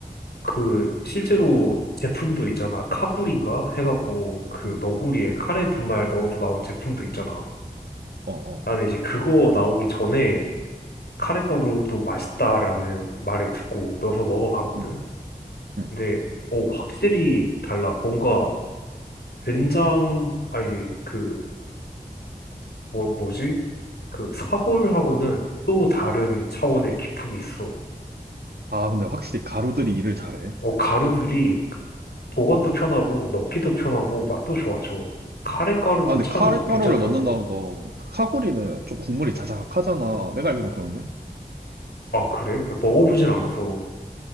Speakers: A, on the left; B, on the right.
A: 그, 실제로 제품도 있잖아. 카구리인가? 해갖고, 그
B: 음,
A: 너구리에 카레 분말 넣어서 나온 제품도 있잖아.
B: 어, 어.
A: 나는 이제 그거 나오기 전에 카레가루도 맛있다라는 말을 듣고 넣어서 먹어봤거든.
B: 음, 음.
A: 근데 어 확실히 달라. 뭔가 된장 아 이제 그 뭐 뭐지 그 사골하고는 또 다른 차원의 기품이 있어.
B: 아, 근데 확실히 가루들이 일을 잘해.
A: 어 가루들이 보관도 편하고 넣기도 편하고 맛도 좋아져. 카레가루도
B: 아, 근데
A: 참
B: 카레가루를
A: 괜찮더라고.
B: 넣는다는 거, 그 카구리는 좀 국물이 자작하잖아. 내가 알기론 그런데.
A: 아 그래? 나 먹어보진 않아서.